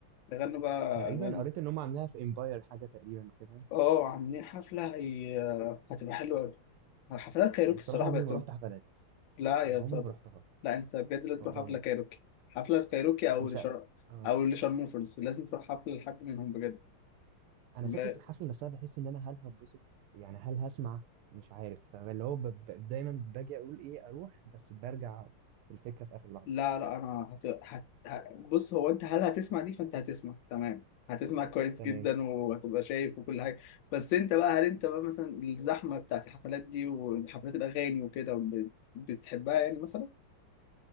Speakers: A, on the left (about 70°); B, on the right (about 80°).
A: بيغنوا بقى
B: تقريبا
A: اغاني
B: قريت ان هم عاملاها في امباير حاجه تقريبا كده
A: اه عاملين حفله هي هتبقى حلوه قوي حفلات كايروكي
B: انا الصراحه
A: الصراحه
B: عمري
A: بقت
B: ما رحت حفلات
A: لا يا
B: انا عمري
A: صبر
B: ما رحتها
A: لا انت بجد لازم
B: والله
A: تروح حفله كايروكي حفله كايروكي او
B: مش
A: لشر...
B: ع- آه.
A: او لشارموفرز لازم تروح حفله لحد منهم بجد
B: انا
A: لا
B: فكره الحفله نفسها بحس ان انا هل هتبسط يعني هل هسمع مش عارف فاللي هو ب... ب... دايما باجي اقول ايه اروح بس برجع الفكره في اخر لحظه
A: لا لا، انا هت... هت... ه- بص هو انت هل هتسمع دي فانت هتسمع تمام هتسمع كويس
B: تمام
A: جدا وهتبقى شايف وكل حاجه بس انت بقى هل انت بقى مثلا الزحمه بتاعت الحفلات دي وحفلات الاغاني وكده بت... بتحبها يعني مثلا